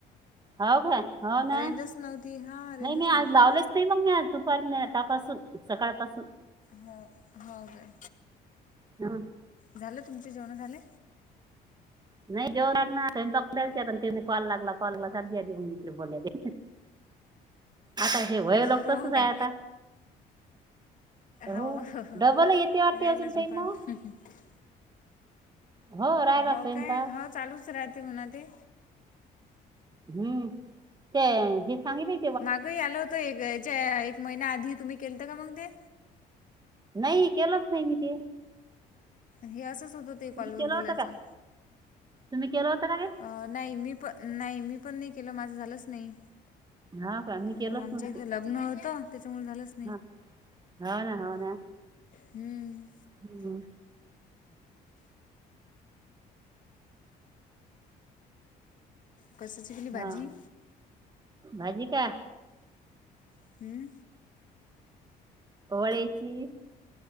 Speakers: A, on the right (about 25°); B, on the left (about 50°).
A: हो काय हो ना
B: रेंजच नव्हती हां रेंजच
A: नाही मी
B: नव्हती
A: आज लावलेच तरी मग मी आज दुपारी आतापासून सकाळपासून
B: हा हाव काय?
A: <unintelligible>
B: झालं तुमचे जेवणं झाले?
A: <unintelligible> आता हे वय
B: हो
A: लोक तसच आहे
B: काय
A: आता.
B: हाव
A: हो.
B: राहिलं
A: डबल येते वाटते अजून
B: स्वयंपाक.
A: ताई मग हो राहिला
B: हाव
A: स्वयंपाक
B: काय हो चालूच राहते म्हणा ते.
A: हम्म ते हे सांग बाई
B: मागं ही आलं होतं एक याच्या एक महिना आधी तुम्ही केलता का मग ते?
A: नाही केलंच नाही मी ते.
B: हे असंच होतं ते कॉलवर
A: तुम्ही केलं
B: बोलायचं
A: होतं का? तुम्ही केलं होतं का ते
B: अ नाही मी प नाही मी पण नाही केला माझं झालचं नाही
A: हा का मी
B: हा
A: केलंच
B: आमच्या
A: नव्हतं
B: केला नव्हतं त्याच्यामुळे झालस
A: हा हो ना हो ना
B: हम्म.
A: हम्म.
B: कसाची केली भाजी?
A: हा भाजी काय
B: हम्म.
A: वडेची